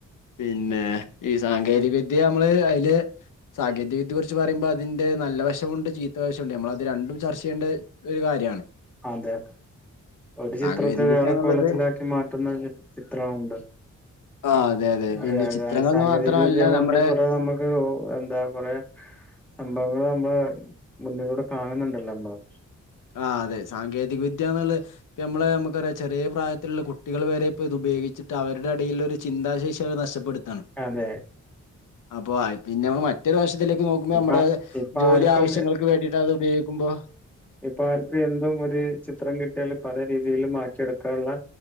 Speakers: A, on the left; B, in the centre.
A: പിന്നെ ഈ സാങ്കേതിക വിദ്യ യമ്മള് അയില് സാഗേതികദ്യയ കുറിച്ച് പറയുമ്പോ അതിന്റെ നല്ല വശമുണ്ട് ചീത്തവശൂണ്ട് നമ്മളത് രണ്ടും ചർച്ച ചെയ്യേണ്ടെ ഒരു കാര്യാണ്
B: അതെ ഒരു ചിത്രത്തെ
A: സാങ്കേതിക
B: വേറെ
A: വിദ്യ എന്നുള്ളത്
B: കോലത്തിലാക്കി മാറ്റുന്ന ര് ചിത്രവുണ്ട്
A: ആ അതെ അതെ പിന്നെ
B: അയ് അഅ
A: ചിത്രങ്ങൾന്ന്
B: സാങ്കേതിക
A: മാത്രമല്ല
B: വിദ്യ കൊണ്ട്
A: നമ്മുടെ
B: കൊറേ നമ കു എന്താ കൊറെ സംഭവങ്ങള് അമ്മള് മുന്നിലൂടെ കാണുന്നുണ്ടല്ലോ നമ്മള്
A: ആഹ് അതെ സാങ്കേതിക വിദ്യന്ന്ള്ളത് ഇപ്പ യമ്മളെ യമ്മക്കറിയ ചെറ്യേ പ്രായത്തില്ള്ള കുട്ടികള് വരെ പ്പത് ഉപയോഗിച്ചിട്ട് അവരുടെ എടയിലൊരു ചിന്താശേഷി അവെ നഷ്ടപ്പെടുത്താണ്
B: അതെ
A: പ്പോ അയ് പിന്നെമ്മ മാറ്റൊരു വശത്തിലേക്ക് നോക്കുമ്പോൾ നമ്മുടെ
B: ഇപ്പ ഇപ്പ
A: ജോലി
B: ആർക്കും
A: ആവശ്യങ്ങൾക്ക് വേണ്ടിട്ട് അത് ഉപയോഗിക്കുമ്പോ
B: ഇപ്പൊ ആർക്ക് എന്തും ഒരു ചിത്രം കിട്ടിയാല് പല രീതിൽ മാറ്റിയെടുക്കാനുള്ള